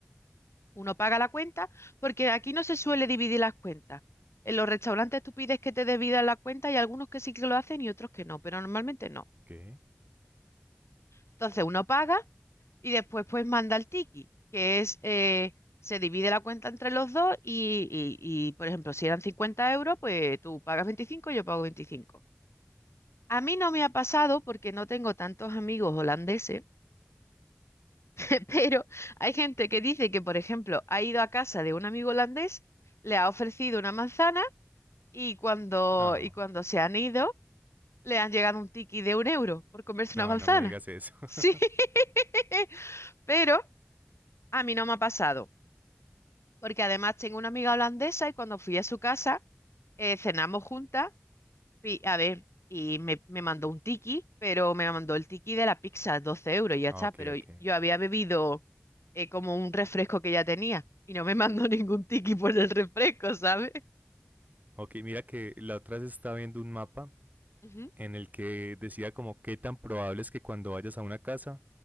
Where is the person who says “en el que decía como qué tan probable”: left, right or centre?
Right